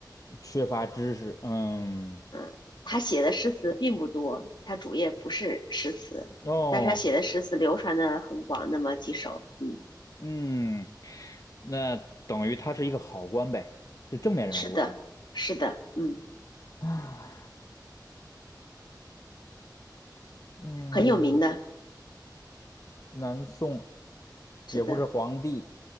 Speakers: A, on the left; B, on the left.
A: 缺乏知识。嗯，
B: 嗯，他写的诗词并不多，他主业不是诗词，
A: 哦，
B: 但是他写的诗词流传的很广，那么几首，嗯，
A: 嗯，那等于他是一个好官呗，是正面人物
B: 是的，是的，嗯，
A: 啊。嗯，
B: 很有名的，
A: 南宋
B: 是的，
A: 也不是皇帝。